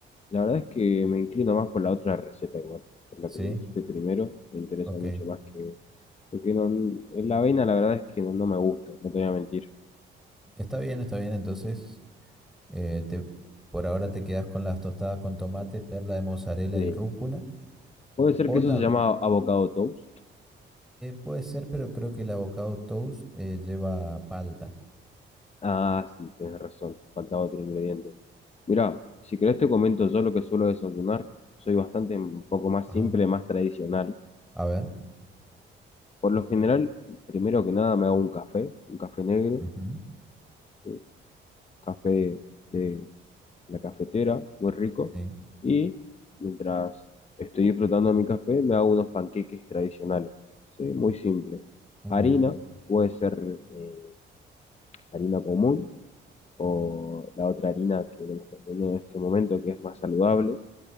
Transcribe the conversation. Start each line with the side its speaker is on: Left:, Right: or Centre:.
Left: la verdad es que me inclino más por la otra receta igual, por la
Centre: Sí,
Left: que me dijiste primero, me interesa
Centre: ok.
Left: mucho más que... Porque no, en la avena la verdad es que no, no me gusta, no te voy a mentir.
Centre: Está bien, está bien. Entonces, eh, te- por ahora te quedas con las tostadas con tomate, perla de mozzarella
Left: Sí.
Centre: y rúcula.
Left: Puede ser
Centre: O
Left: que eso
Centre: también,
Left: se llama avocado toast.
Centre: puede ser, pero creo que el avocado toast eh, lleva palta.
Left: Ah, sí, tienes razón. Faltaba otro ingrediente. Mira, si querés te comento yo lo que suelo desayunar. Soy bastante un poco más
Centre: Ajá.
Left: simple, más tradicional.
Centre: A ver.
Left: Por lo general, primero que nada me hago un café, un café negro,
Centre: Ujú.
Left: un café de la cafetera, muy rico.
Centre: Sí,
Left: Y mientras estoy disfrutando mi café, me hago unos panqueques tradicionales. Sí, muy simple.
Centre: muy
Left: Harina,
Centre: bien.
Left: puede ser eh, harina común o la otra harina que no me está vendiendo en este momento, que es más saludable,